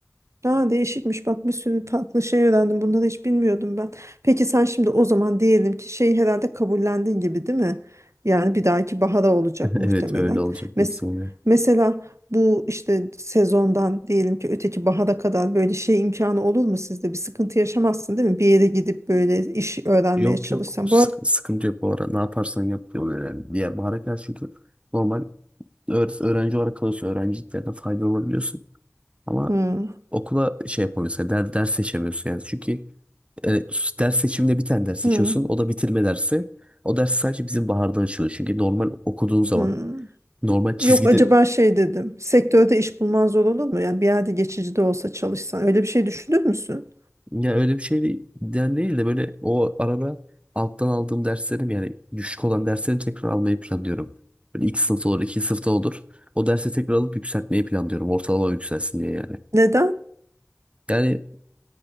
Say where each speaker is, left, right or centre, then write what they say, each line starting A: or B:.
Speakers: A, on the right; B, on the right.
A: Aa, değişikmiş bak bir sürü farklı şey öğrendim. Bunları hiç bilmiyordum ben. Peki sen şimdi o zaman diyelim ki şeyi herhalde kabullendin gibi değil mi? Yani bir dahaki bahara olacak
B: <laughs>
A: muhtemelen.
B: Evet öyle olacak
A: Mes
B: büyük ihtimalle.
A: mesela bu işte sezondan diyelim ki öteki bahara kadar böyle şey imkanı olur mu sizde? Bir sıkıntı yaşamazsın değil mi? Bir yere gidip böyle iş öğrenmeye
B: Yok
A: çalışsan.
B: yok sık-
A: Bu
B: sıkıntı yok bu ara. Ne yaparsan yap diyorlar yani. Diğer bahara karşı çünkü normal öğret- öğrenci olarak kalıyorsun. Öğrenciliklerden faydalanabiliyorsun. Ama
A: Hmm,
B: okula şey yapamıyorsun. yani Der, ders seçemiyorsun yani. Çünkü e, ders seçiminde bir tane ders seçiyorsun.
A: hmm,
B: O da bitirme dersi. O ders sadece bizim baharda açılıyor. Çünkü normal okuduğun zaman
A: hmm.
B: normal çizgide
A: Yok acaba şey dedim. Sektörde iş bulman zor olur mu? Yani bir yerde geçici de olsa çalışsan. Öyle bir şey düşünür müsün?
B: ya öyle bir şey değil, yani değil de böyle o arada alttan aldığım derslerim yani düşük olan derslerimi tekrar almayı planlıyorum. Böyle ilk sınıfta olur, ikinci sınıfta olur. O dersi tekrar alıp yükseltmeyi planlıyorum. Ortalama yükselsin diye yani.
A: Neden?
B: Yani